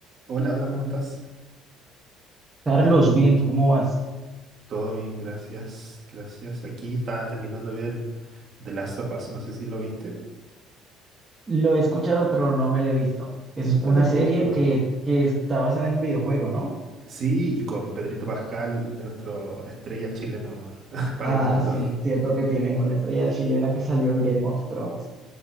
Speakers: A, on the right (about 40°); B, on the right (about 20°).
A: Hola, hola, ¿cómo estás?
B: Carlos, bien, ¿tú cómo vas?
A: Todo bien, gracias, gracias. Aquí estaba terminando de ver The Last of Us, no sé si lo viste.
B: Lo he escuchado, pero no me lo he visto. Es
A: Nunca
B: una
A: la he
B: serie
A: visto.
B: que, que está basada en un videojuego, ¿no?
A: Sí, y con Pedrito Pascal, nuestro estrella chileno <laughs> para
B: Ah,
A: el mundo.
B: sí, cierto que tienen una estrella chilena que salió en Game of Thrones.